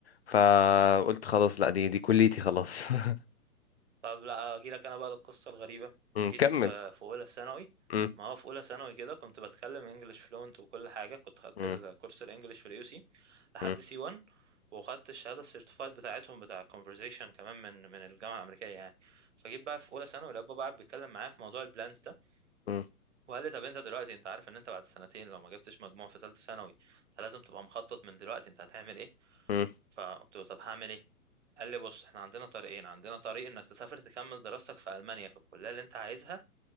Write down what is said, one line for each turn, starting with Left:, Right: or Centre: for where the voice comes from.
Left: فقلت خلاص لا دي دي كليتي خلاص <laughs>
Right: طب لا اجي لك انا بقى للقصه الغريبه
Left: أمم،
Right: جيت
Left: كمل
Right: في في اولى ثانوي
Left: أمم،
Right: ما هو في اولى ثانوي كده كنت بتكلم انجلش فلونت وكل حاجه كنت خدت
Left: أمم،
Right: الكورس الانجليش في اليو سي لحد
Left: أمم،
Right: سي 1 وخدت الشهاده السيرتيفايد بتاعتهم بتاع conversation كمان من من الجامعه الامريكيه يعني فجيت بقى في اولى ثانوي الاب بقى قاعد بيتكلم معايا في موضوع البلانز ده
Left: أمم،
Right: وقال لي طب انت دلوقتي انت عارف ان انت بعد سنتين لو ما جبتش مجموع في ثالثه ثانوي فلازم تبقى مخطط من دلوقتي انت هتعمل ايه
Left: أمم.
Right: فقلت له طب هعمل ايه قال لي بص احنا عندنا طريقين عندنا طريق انك تسافر تكمل دراستك في المانيا في الكليه اللي انت عايزها